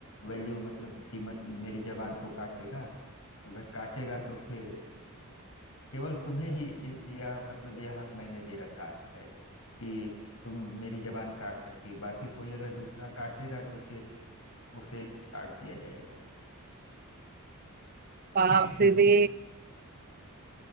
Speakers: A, on the left; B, on the right.
A: वैल्यू मतलब कीमत मेरी जबान को काटेगा अगर काटेगा तो फिर केवल तुम्हें ही इस- यह मतलब यह हक मैंने दे रखा है कि तुम मेरी जबान काट सकती हो बाकी कोई अगर दूसरा काटेगा तो फिर उसे काट दिया जाएगा
B: बाप
A: <laughs>
B: रे बे।